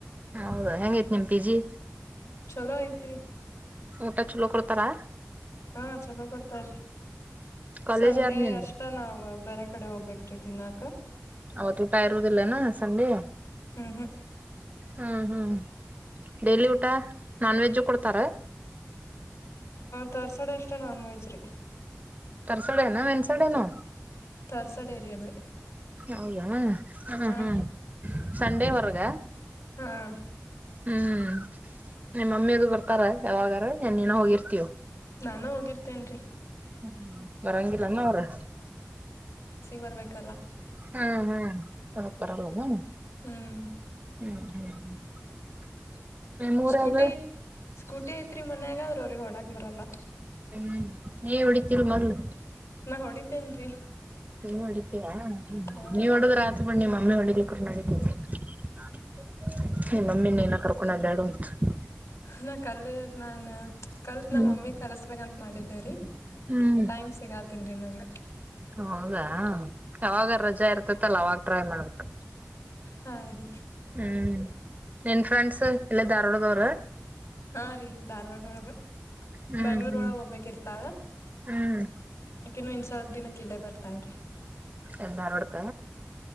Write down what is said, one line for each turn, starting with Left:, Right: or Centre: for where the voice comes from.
Right: ಹೌದಾ ಹೆಂಗೈತ್ ನಿಮಪಿಜಿ
Left: ಎಲ ಐತ್ರಿ
Right: ಊಟ ಚಲೋ ಕೊಡ್ತಾರಾ
Left: ಹಾ ಚಲೋ ಕೊಡ್ತ್ರಿ
Right: ಕಾಲೇಜ್
Left: ಸಂಡೆ
Right: ಆದ್ ನಿಂದ
Left: ಅಷ್ಟ ನಾವ್ ಬೇರೆ ಕಡೆ ಹೋಗ್ಬೇಕ ಅತ್ರೈತಿ ನಲ್ಕು
Right: ಅವತ್ ಊಟ ಇರುದಿಲ್ಲನಾ ಸಂಡೇ
Left: ಹ್ಮ್ ಹ್ಮ್
Right: ಹ್ಮ್ ಹ್ಮ್ ಡೈಲಿ ಊಟ ನಾನ್ ವೆಜು ಕೊಡ್ತಾರೆ
Left: ತರ್ಸಡಿ ಅಷ್ಟೇ ನಾನ್ ವೆಜ್ ರೀ
Right: ತರ್ಸಡನ ಇನ್ಸಡೆನು
Left: ತರ್ಸಡೇರಿಯಲ್ಲೇ
Right: ಹೌದಾ ಹ್ಮ
Left: ಹಾ
Right: ಹ್ಮ್ ಸಂಡೆ ಹೊರ್ಗ
Left: ಹಾ
Right: ಹ್ಮ್ ನಿಮ್ಮ ಮಮ್ಮಿದು ಬರ್ತಾರ ಯಾವಾಗಾರ ಇನ್ ನೀನೋ ಹೋಗಿರ್ತೀಯೋ
Left: ನಾನು ಹೋಗಿರ್ತೇನ್ ರಿ
Right: ಹ ಬರಂಗಿಲ್ಲಾನ ಅವರು
Left: ಬರ್ಬೇಕಲ್ಲಾ
Right: ಹ್ಮ ಹ್ಮ್ <unintelligible> ಅದುರಬದ
Left: ಹ್ಮ್
Right: ಹ್ಮ್ ಹ್ಮ ಮೂೂರಗ
Left: ಸ್ಕೂಟಿ ಸ್ಕೂಟಿ ಐತ್ರಿ ಮನ್ಯಾಗಾದ್ರೆ ಅವ್ರಿಗೆ ಹೊಡಕ್ ಬರಲ್ಲ.
Right: ಹ್ಮ್ ಏ ಉಡತಿಲ್ ಮರ್ಲು.
Left: ನಾ ಹೊಡಿತೇನ್ರಿ
Right: ಹ ಮಾಡಿದ್ದೇ <unintelligible>
Left: ಹ
Right: ನೀವ್ಡದ್ ರಾತ್ ಬಣ್ಣಿ ಮ <unintelligible> ನಮ್ಮ ಅಡಡಿಲಿ ಕೂಡ ನಡಿದ್ದೀವಿ <unintelligible> ನಿ ಮಮ್ಮಿಿನ ಏನ ಕರ್ಕೊಂಡ ಬ್ಯಾಳು ಹ <inaudible>
Left: ನ ಕಲ್ಲದ ನಾನಾನು ಕಲ್ತ್
Right: ಹ್ಮ್
Left: ನಮ್ ಮಮ್ಮಿಗ್ ಕಲ್ಸ್ಬೇಕಂತ್ ಮಳದರಿ
Right: ಹ್ಮ್
Left: ಟೈಮ್ ಸಿಗಾತಿಲ್ರಿ ನಂಗ <inaudible>
Right: ಹೌದಾ ಯಾವಾಗ ರಜಾ ಇರ್ತತ್ತಲ್ಲ ಅವಾಗ ಟ್ರೈ ಮಾಡ್ಬೇಕ.
Left: ಹಾ ರೀ.
Right: ಹ್ಮ್ ನಿನ್ ಫ್ರಂಡ್ಸ್ ಇಲ್ಲ ಧಾರವಾಡ ದೋರ.
Left: ಹಾ ರೀ ಧಾರವಾಡ ಒಳಗ
Right: ಹ್ಮ್
Left: ಬ್ಯಾಂಗ್ಳೂರ್
Right: ಹ್ಮ್
Left: ಒಳಗ ಹೋಗ್ಬೇಕ ಇರ್ತಾಳ.
Right: ಹ್ಮ್
Left: ಇನ್ನು ಇನ್ ಸ್ವಲ್ಪ ದಿನಕ್ಕ ಇಲ್ಲೇ ಬರ್ತಾಳ್ ರಿ.
Right: ಎಲ್ಲರಡ್ಕ್ಕ